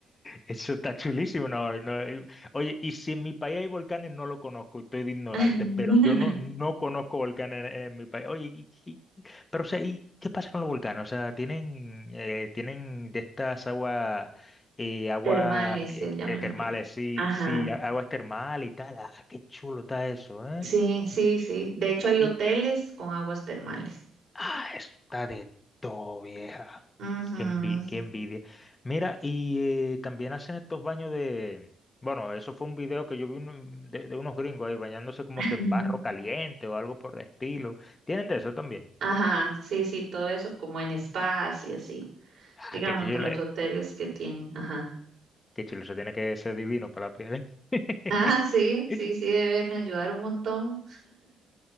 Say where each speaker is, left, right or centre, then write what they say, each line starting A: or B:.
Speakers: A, on the left (about 25°); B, on the right (about 65°).
A: Eso está chulísimo. No, no, y- Oye, y si en mi país hay volcanes, no lo conozco, estoy de ignorante,
B: <laughs>
A: pero yo no, no conozco volcanes en, en mi país. Oye, y- y- y- pero o sea, ¿y qué pasa con los volcanes? O sea, ¿tienen, eh, tienen de estas aguas, eh, agua
B: Termales
A: eh,
B: se llaman
A: de termales?
B: aquí.
A: Sí,
B: Ajá.
A: sí, a- aguas termales y tal. Ah, qué chulo está eso, ¿eh?
B: Sí, sí, sí. De hecho, hay
A: Y,
B: hoteles con aguas termales.
A: ah, está de todo, vieja.
B: Ujú.
A: Qué envi- qué envidia. Mira, y eh, también hacen estos baños de... Bueno, eso fue un video que yo vi un- de, de unos gringos ahí bañándose como
B: <laughs>
A: que en barro caliente o algo por el estilo. ¿Tienen de eso también?
B: Ajá, sí, sí, todo eso como en spas y así.
A: Ah,
B: digamos,
A: qué chulo,
B: en los
A: eh.
B: hoteles que tienen. Ajá. <laughs>
A: Qué chulo, eso tiene que ser divino para la piel. <laughs>
B: Ah, sí, sí, sí, deben ayudar un montón.